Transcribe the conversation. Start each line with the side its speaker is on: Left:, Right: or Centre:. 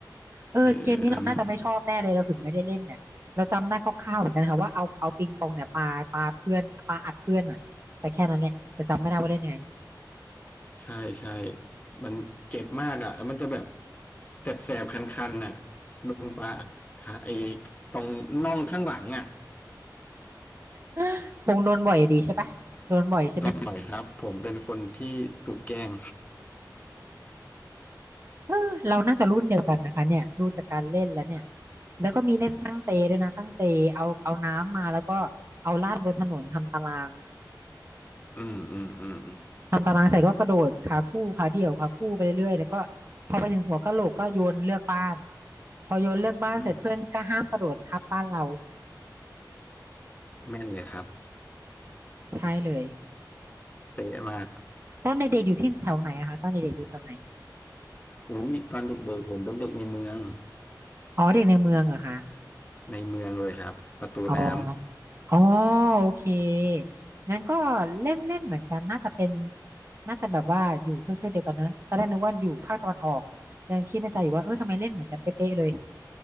Right: เออเกมนี้เราน่าจะไม่ชอบแน่เลยเราถึงไม่ได้เล่นเนี่ยเราจำได้คร่าวๆเหมือนกันค่ะว่าเอาเอาปิงปองเนี่ยปาปาเพื่อนปาอัดเพื่อนอ่ะแต่แค่นั้นแหละแต่จำไม่ได้ว่าเล่นยังไง
Left: ๆเออ ใช่ใช่มันเจ็บมากอ่ะแล้วมันจะแบบแสบๆคันๆน่ะโดนปลาอัดขาไอ้ตรงน่องข้างหลังอ่ะ
Right: <gasps> ปงโดนบ่อยอะดีใช่ปะโดนบ่อยใช่ไหม
Left: โดนบ่อยครับผมเป็นคนที่ถูกแกล้ง
Right: เออเราน่าจะรุ่นเดียวกันนะคะเนี่ยดูจากการเล่นแล้วเนี่ยแล้วก็มีเล่นตั้งเตด้วยนะตั้งเตเอาเอาน้ำมาแล้วก็เอาลาดบนถนนทำตาราง
Left: อืมอืมอืมอืม
Right: ทำตารางใส่ก็กระโดดขาคู่ขาเดี่ยวขาคู่ไปเรื่อยๆแล้วก็พอไปถึงหัวกะโหลกก็โยนเลือกบ้านพอโยนเลือกบ้านเสร็จเพื่อนก็ห้ามกระโดดทับบ้านเรา
Left: อืมแม่นเลยครับ
Right: ใช่เลย
Left: เป๊ะมาก
Right: ตอนเด็กๆอยู่ที่แถวไหนอะคะตอนเด็กๆอยู่แถวไหน
Left: อุ้ยตอนเด็กๆผมเป็นเด็กในเมือง
Right: อ๋อเด็กในเมืองเหรอะคะ
Left: ในเมืองเลยครับประตูน้
Right: อ๋อ อ๋อโอเคงั้นก็เล่นเล่นเหมือนกันน่าจะเป็นน่าจะแบบว่าอยู่เทือกๆเดียวกันเนอะตอนแรกนึกว่าอยู่ภาคตะวันออกยังคิดในใจอยู่ว่าเออทำไมเล่นเหมือนกันเป๊ะๆเลย